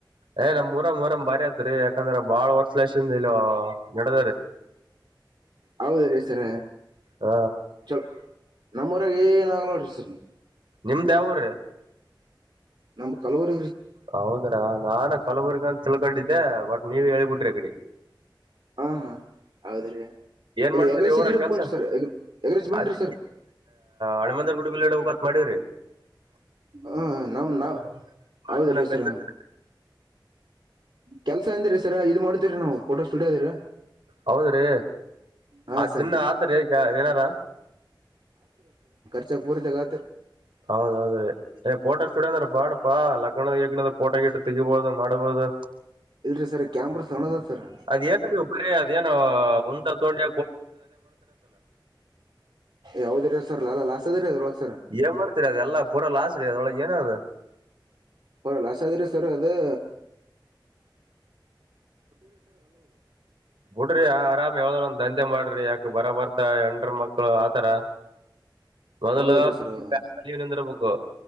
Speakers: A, on the right; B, on the right.
A: ಏ ನಮ ಊರಂಗ್ ಮೋರಂ ಬಾರಿ ಆತ್ದ್ರಿ ಯಾಕಂದ್ರ ಬಾಳ್ ವರ್ಷದ ಲಷಿಂದ ಇಲ್ಲ ನಡದ ರೀ
B: ಹೌದ ರೀ ಸರ
A: ಹ
B: ಚಲೋ ನಮ್ಮೂರಾಗ ಏನ್ ಆಗಲ ನೋಡಿರ್ ಸರ್
A: ನಿಮ್ದ್ ಯಾವ್ ಊರ್ರಿ?
B: ನಮ್ ಕಲವರ
A: ಹೌದ್ರಾ ನಾನ ಕಲಬುರ್ಗ ಅಂತ ತಿಲ್ಕೊಂಡಿದ್ದೆ ಬಟ್ ನೀವ ಹೇಳ್ಬಿಟ್ರಿ ಅಕಡೆ
B: ಹಾ ಹಾ ಹೌದ್ರಿ
A: ಏನ್
B: ಇಲ್ಲಿ
A: ಮಾಡ್ತಿರಿ
B: ಎಗ್ರೆಸ್
A: ಊರಾಗ
B: ಎಲ್ಲಿ ಇಡ್ಬೇಕುಂಟ್ರಿ
A: ಕೆಲ್ಸ
B: ಸರ್ ಎಗ್ರೆಸ್ ಬನ್ರಿ
A: ಅದೇ
B: ಸರ್
A: ಹಣಮಂದರ ಗುಡಿ ಬಿಲ್ ಇಡಬೇಕತ್ ಮಾಡೀವ್ರಿ
B: ಹ ನಾ ನಾವ ಹೌದ
A: ಜನ
B: ರೀ
A: ಕಲ್ತಿರ್
B: ಸರ ಕೆಲ್ಸ ಅಂದಿ್ರ ಸರ ಇ ಮಾಡ್ತೀರ ನಾವು ಫೋಟೋ ಸ್ಟುಡಿಯೋ ಅದ್ರಿ
A: ಹೌದ್ರೀ
B: ಹಾ
A: ಆ
B: ಸರ್
A: ಜನ್ನ ಆದ್ರಿ ಈಗ ಏನಾರ
B: ನಮ್ಮೋರು ಜಗಳ ಆಡ್ತರ
A: ಹೌದೌದು ರೀ ಏ ಫೋಟೋ ಸ್ಟುಡಿಯೋ ಅಂದ್ರೆ ಬಾಡಪಾ ಲಗ್ನದ ಯಗ್ದ ಪೋಟಗಿಟ್ಟು ತಗಿಬಹುದು ಮಾಡಬಹುದು
B: ಇಲ್ರಿ ಸರ್ ಕ್ಯಾಂಪ್ರ ಸಣ್ಣದ ಸರ್
A: ಅದೇನ ನೀ ಒಬ್ಬರೇ ಅದೇನೋ ಒಂದ ತೊಂಡಿ
B: ಯಾವದಿರ ಸರ್ ಲಲ್ಲ ಲಾಸ್ ಸದ. <unintelligible>
A: ಏ ಮಾಡ್ತೀರಿ ಅದುಲ್ಲ ಪೂರ ಲಾಸ್ ರರಿ ಅದೊಳಗೆ. ಯ ನ ಅದು
B: ಬರಲ್ಲಸಾದ್ರಿ ಸರ್ ಅದು.
A: ಬಿಡ್ರಿ ಆರಾಮ್ ಯಾವ್ದ್ರ ಒಂದ ಮಾಡ್ರಿ ಯಾಕ ಬರ ಬರ್ತ ಎಂಡ್ರ ಮಕ್ಳು ಆತರ. ಮೊದಲುವ
B: ಹೌದ್ರಿ ಸರ್ ಹೌದು
A: ನಿಂದ್ರಬೇಕು